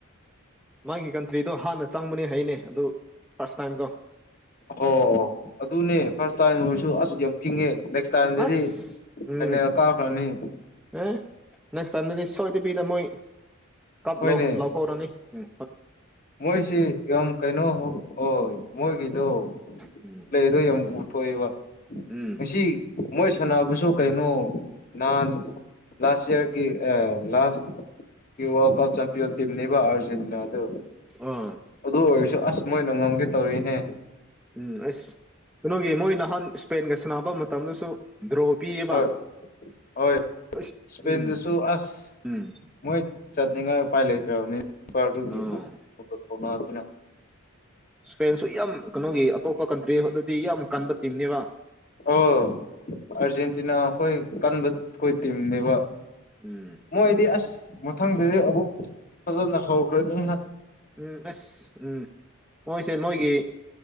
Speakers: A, in the centre; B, on the left.
A: ꯃꯥꯒꯤ ꯀꯟꯇ꯭ꯔꯤꯗꯣ ꯍꯥꯟꯅ ꯆꯪꯕꯅꯦ ꯍꯩꯅꯦ ꯑꯗꯨ ꯐꯥꯔꯁ ꯇꯥꯏꯝ ꯀꯣ
B: ꯑꯣ ꯑꯣ ꯑꯗꯨꯅꯦ ꯐꯥꯔꯁ ꯇꯥꯏꯝ ꯑꯣꯏꯔꯁꯨ
A: ꯎꯝ
B: ꯑꯁ ꯌꯥꯝ ꯐꯤꯡꯉꯦ ꯅꯦꯛꯁ ꯇꯥꯏꯝꯗꯗꯤ
A: ꯑꯁ ꯎꯝ
B: ꯐꯜ ꯀꯥꯔ ꯈꯔꯅꯤ
A: ꯑꯦ ꯅꯦꯛꯁ ꯇꯥꯏꯝꯗꯗꯤ ꯁꯣꯏꯗꯕꯤꯗ ꯃꯣꯏ ꯀꯞ
B: ꯍꯣꯏꯅꯦ
A: ꯂ ꯍꯧꯔꯅꯤ ꯎꯝ
B: ꯃꯣꯏꯁꯤ ꯌꯥꯝ ꯀꯩꯅꯣ ꯍꯣꯏ ꯃꯣꯏꯒꯤꯗꯣ
A: ꯎꯝ
B: ꯂꯩ ꯑꯗꯣ ꯌꯥꯝ ꯎꯊꯣꯛꯑꯕ
A: ꯎꯝ
B: ꯉ ꯃꯣꯏ ꯁꯥꯟꯅꯕꯁꯨ ꯀꯩꯅꯣ ꯅꯍꯥꯟ ꯂꯥꯁ ꯏꯌꯥꯔ ꯀ ꯑ ꯂꯥꯁ ꯀ ꯋꯥꯔꯜ ꯀꯞ ꯆꯦꯝꯝꯄꯤꯌꯟ ꯇꯤꯝꯅꯤꯕꯣ ꯑꯔꯖꯦꯟꯇꯅꯥꯅꯣ
A: ꯑ
B: ꯑꯗꯨ ꯑꯣꯏꯔꯁꯨ ꯑꯁ ꯃꯣꯏꯅ ꯉꯝꯒꯦ ꯇꯧꯔꯤꯅꯦ
A: ꯎꯝ ꯑꯁ ꯀꯩꯅꯣꯒꯤ ꯃꯣꯏ ꯅꯍꯥꯟ ꯏꯁꯄꯦꯟꯒ ꯁꯥꯟꯅꯕ ꯃꯇꯝꯗꯁꯨ ꯗ꯭ꯔꯣꯄꯤꯑꯕ
B: ꯍꯣꯏ ꯍꯣꯏ
A: ꯑꯁ
B: ꯏꯁꯄꯦꯟꯗꯨꯁꯨ
A: ꯎꯝ
B: ꯑꯁ
A: ꯎꯝ
B: ꯃꯣꯏ ꯆꯠꯇꯅꯤꯡꯉꯥꯏ ꯎꯄꯥꯏ ꯂꯩꯇ꯭ꯔꯕꯅꯤꯔꯗꯨꯒꯤꯅꯑ
A: ꯑꯥ
B: ꯑꯗꯨꯅꯦ
A: ꯏꯁꯄꯦꯟꯁꯨ ꯌꯥꯝ ꯀꯩꯅꯣꯒꯤ ꯑꯇꯣꯞꯄ ꯀꯟꯇ꯭ꯔꯤ ꯑꯗꯨꯗꯤ ꯌꯥꯝ ꯀꯟꯕ ꯇꯤꯝꯅꯦꯕ
B: ꯑꯣ ꯑꯥꯔꯖꯦꯟꯇꯤꯅꯥ ꯑꯩꯈꯣꯏ ꯀꯟꯕ ꯑꯩꯈꯣꯏ ꯇꯤꯝꯅꯦꯕ
A: ꯎꯝ
B: ꯃꯣꯏꯗꯤ ꯑꯁ ꯃꯊꯪꯗꯗꯤ ꯑꯃꯨꯛ ꯐꯖꯅ ꯍꯧꯈ꯭ꯔꯅꯤ
A: ꯎꯝ ꯑꯁ ꯎꯝ ꯃꯣꯏꯁꯦ ꯅꯣꯏꯒꯤ